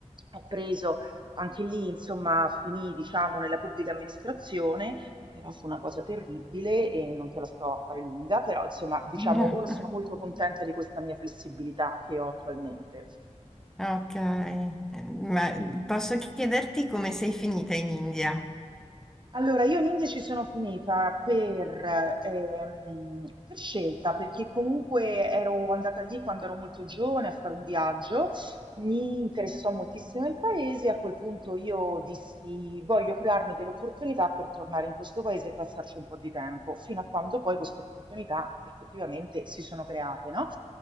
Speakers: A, on the right; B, in the centre.
A: ho preso anche lì, insomma, finì, diciamo, nella pubblica amministrazione. Però fu una cosa terribile e non te la sto a fare lunga, però insomma, diciamo,
B: <laughs>
A: ora sono molto contenta di questa mia flessibilità che ho attualmente.
B: Ok, Eh, ma posso chiederti come sei finita in India?
A: Allora, io l'India ci sono finita per, ehm, per scelta, perché comunque ero andata lì quando ero molto giovane a fare un viaggio, mi interessò moltissimo il paese, a quel punto io dissi voglio crearmi delle opportunità per tornare in questo paese e passarci un po' di tempo, fino a quando poi queste opportunità effettivamente si sono create, no?